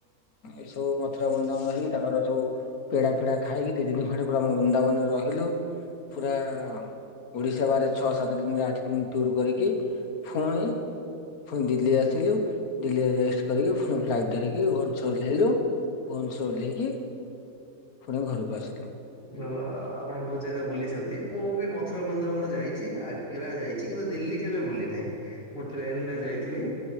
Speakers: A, on the left; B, on the left.
A: ଏସବୁ ମଥୁରା ବ୍ରୁନ୍ଦାବନ ହେଇ ତାଙ୍କର ସବୁ ପେଡା ଫେଡା ଖାଇକି ଦି ଦିନି ଖାଣ୍ଡେ ପୁରା ବୃନ୍ଦାବନରେ ରହିଲୁ। ପୁରା ଓଡିଶା ବାହାରେ ଛଅ ସାତ ଦିନରେ ଆଠ ଦିନ ଟୁରୁ କରିକି ଫୁଣି ଫୁଣି ଦିଲ୍ଲୀ ଆସିଲୁ ଦିଲ୍ଲୀରେ ରେଷ୍ଟ୍ କରିକି ଫୁଣି ଫ୍ଲାଇଟ୍ ଧରିକି ଭୁଅନ୍ ଶ୍ୱର ଓହ୍ଲେଇଲୁ ଭୁବନେଶର୍ ଓହ୍ଲେଇକି ପୁଣି ଘରକୁ ଆସିଲୁ।
B: ଭଲ ଆଉ ଆପଣ ବୋହୁତ୍ ଜାଗା ବୁଲିଚନ୍ତି ମୁଁ ବି ମଥୁରା ବୃନ୍ଦାବନ୍ ଯାଇଚି ଆ ଟେରା ଯାଇଚି କିନ୍ତୁ ଦିଲ୍ଲୀ କେବେ ବୁଲି ନାହିଁ ମୁଁ ଟ୍ରେନରେ ଯାଇଥିଲି।